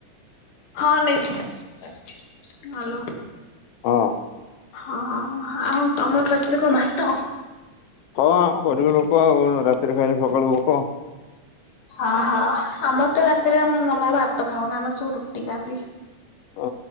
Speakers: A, on the left; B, on the left.
A: ହଁ ନେଇଥିଲି ହ୍ୟାଲୋ।
B: ହଁ
A: ହଁ ଆଉ ତମର ରାତିରେ କଣ ଭାତ?
B: ହଁ ଆଉ ଗରିବ ଲୋକ ଆଉ ରାତିରେ ଖାଇଲେ ସକାଳୁ ଭୋକ।
A: ଓହୋ ଆମର ତ ରାତିରେ ଆମର ଭାତ ଖାଉନି ଆମେ ସବୁ ରୁଟି ଖାଆନ୍ତି।
B: ଓ।